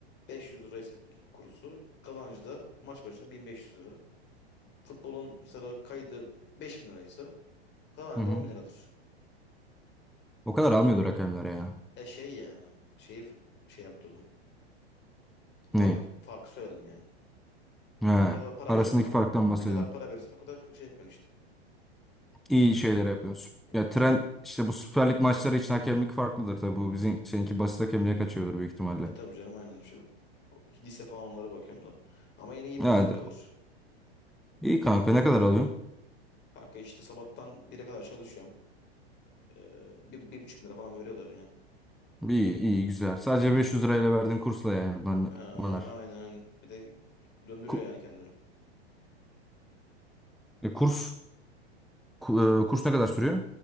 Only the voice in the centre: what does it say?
Hı hı.
O kadar almıyordur hakemler ya.
Ne?
He.
Arasındaki
farktan bahsediyorsun.
İyi şeyler yapıyorsun.
Ya tren
işte bu Süper Lig maçları için hakemlik farklıdır tabii. Bu bizim seninki basit hakemliğe kaçıyordur büyük ihtimalle.
Yani
iyi kanka ne kadar alıyorsun?
İyi, iyi, güzel. Sadece
500 lirayla verdiğim kursla yani bun-
bunlar.
Ku-
e, kurs, ku-
e, kurs ne kadar sürüyor?